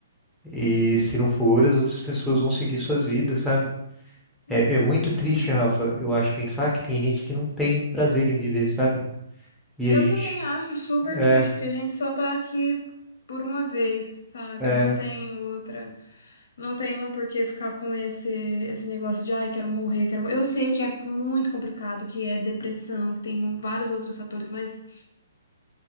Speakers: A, in the centre; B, on the left (about 60°).
A: e se não for, as outras pessoas vão seguir suas vidas, sabe? É,
B: uhum.
A: é muito triste, Rafa, eu acho, pensar que tem gente que não tem prazer em viver, sabe? E
B: Eu
A: a gente
B: também acho super
A: é,
B: triste, porque a gente só tá aqui por uma vez, sabe?
A: é,
B: Não
A: é
B: tem outra. Não tenho por que ficar com esse, esse negócio de, ai, quero morrer, quero morrer. Eu sei que é muito complicado, que é depressão, que tem vários outros fatores, mas.